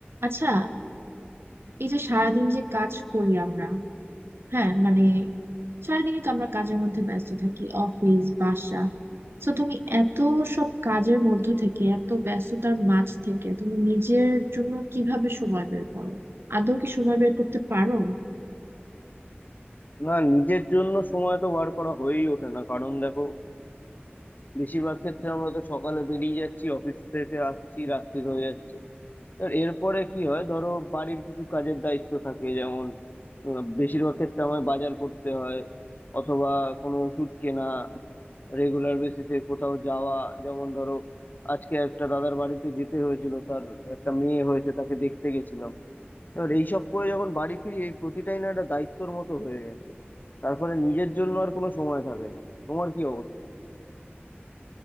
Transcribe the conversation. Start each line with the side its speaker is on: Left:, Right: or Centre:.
Right: আচ্ছা এই যে সারাদিন যে কাজ করি আমরা হ্যাঁ মানে সারাদিনই তো আমরা কাজের মধ্যে ব্যস্ত থাকি অফিস বাসা তো তুমি এত সব কাজের মধ্য থেকে এত ব্যস্ততার মাঝ থেকে তুমি নিজের জন্য কিভাবে সময় বের করো আদৌ কি সময় বের করতে পারো
Left: না নিজের জন্য সময় তো বার করা হয়েই ওঠে না কারণ দেখো বেশিরভাগ ক্ষেত্রে আমরা তো সকালে বেরিয়ে যাচ্ছি অফিস থেকে আসছি রাত্রি হয়ে যাচ্ছে আর এরপরে কি হয় ধরো বাড়ির কিছু কাজের দায়িত্ব থাকে যেমন আহ, বেশিরভাগ ক্ষেত্রে আমায় বাজার করতে হয় অথবা কোনো ওষুধ কেনা রেগুলার বেসিসে কোথাও যাওয়া যেমন ধরো আজকে একটা দাদার বাড়িতে যেতে হয়েছিল তার একটা মেয়ে হয়েছে তাকে দেখতে গেছিলাম এবার এইসব করে যখন বাড়ি ফিরি এই প্রতিটাই না একটা দায়িত্বর মতো হয়ে গেছে তারপরে নিজের জন্য আর কোনো সময় থাকে না তোমার কি অবস্থা